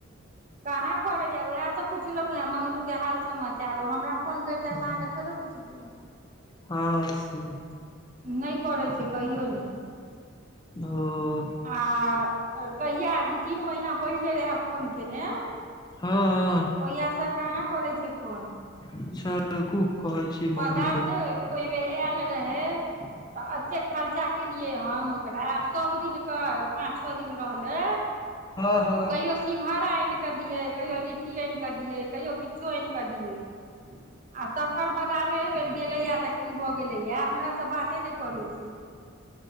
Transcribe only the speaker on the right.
कहाँ करैए या उहाए तऽ पुछलहुँ हेँ मंगरूके हाल समाचार ओ हमरा फोन कैरिता
तऽ अहाँ थोड़े पुछितौँ
नहि करै से कहियौ न
आ तऽ कहिया तीन महिना पहिले रहाए फोन केने ओहिया
स कहाँ करै छै फोन
पता
छै ओहि बेर आएल रहै तऽ एतेक खर्चा केलियै हम एकरा सब दिनके पाँच छअ दिन रहलै
कहियो सिंहारा एनि कऽ दियै कहियो लि- -ट्टी एनि कऽ दियै कहियो किछो एनि कऽ दियै आ तखन पता नहि एहि बेर गेलैया तऽ की भऽ गेलै या हमरा स बाते नहि करै छै